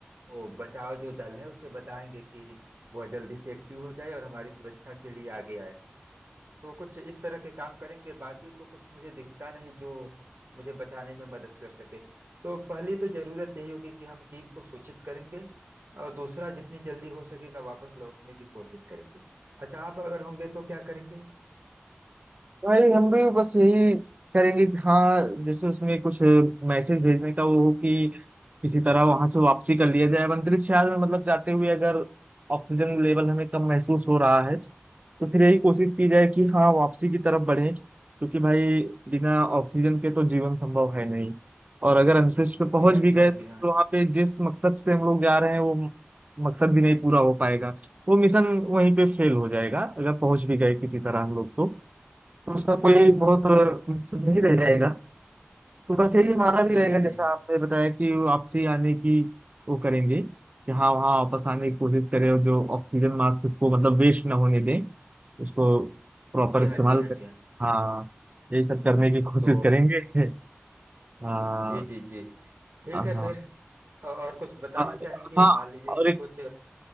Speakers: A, on the right; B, on the right.
A: वो बचाव जो दल है उसे बताएंगे कि वह जल्दी से एक्टिव हो जाए और हमारी सुरक्षा के लिए आगे आए तो कुछ इस तरह के काम करेंगे बाकी तो कुछ मुझे दिखता नहीं जो मुझे बचाने में मदद कर सके तो पहली तो जरूरत यही होगी कि हम टीम को सूचित करेंगे और दूसरा जितनी जल्दी हो सकेगा वापस लौटने की कोशिश करेंगे अच्छा आप अगर होंगे तो क्या करेंगे
B: भाई हम भी बस यही करेंगे कि हाँ जैसे उसमें कुछ मैसेज भेजने का वो हो कि किसी तरह वहां से वापसी कर लिया जाए अब अंतरिक्ष यान में मतलब जाते हुए अगर ऑक्सीजन लेवल हमें कम महसूस हो रहा है तो फिर यही कोशिश की जाए कि हाँ वापसी की तरफ बढ़े क्योंकि भाई बिना ऑक्सीजन के तो जीवन संभव है नहीं और अगर अंतरिक्ष पे
A: जी
B: पहुंच
A: हाँ
B: भी
A: जी
B: गए
A: हाँ
B: तो
A: जी
B: फिर
A: हाँ
B: वहां पे जिस मकसद से हम लोग जा रहे हैं वो म- मकसद भी नहीं पूरा हो पाएगा वो मिशन वहीं पे फेल हो जाएगा अगर पहुंच भी गए किसी तरह हम लोग तो, तो उसका कोई बहुत अ, मकसद नहीं रह जाएगा तो बस यही हमारा भी
A: जी
B: रहेगा
A: जी
B: जैसा
A: जी
B: आपने बताया कि वापसी आने की वो करेंगे कि हाँ वहाँ वापस आने की कोशिश करें और जो ऑक्सीजन मास्क उसको मतलब वेस्ट ना होने दें उसको प्रॉपर
A: जी
B: इस्तेमाल
A: हाँ जी हाँ
B: करें
A: जी हाँ
B: हाँ यही सब करने की कोशिश
A: तो
B: करेंगे <laughs> हाँ
A: जी जी जी ठीक
B: हाँ
A: है
B: हाँ
A: फिर अ- और कुछ बताना
B: हाँ,
A: चाहेंगे मान लीजिए
B: और
A: कि कुछ
B: एक